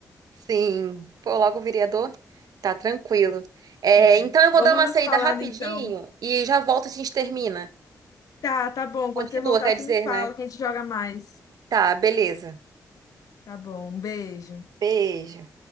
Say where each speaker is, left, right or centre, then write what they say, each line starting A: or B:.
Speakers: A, on the right; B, on the left.
A: Sim, pô, logo o vereador. Tá tranquilo. É,
B: É.
A: então eu vou
B: Vamos
A: dar uma
B: nos
A: saída
B: falando
A: rapidinho
B: então.
A: e já volto, a gente termina.
B: Tá, tá bom.
A: Continua,
B: Quando você voltar,
A: quer
B: você
A: dizer,
B: me fala
A: né?
B: que a gente joga mais.
A: Tá, beleza.
B: Tá bom. Um beijo.
A: Beijo.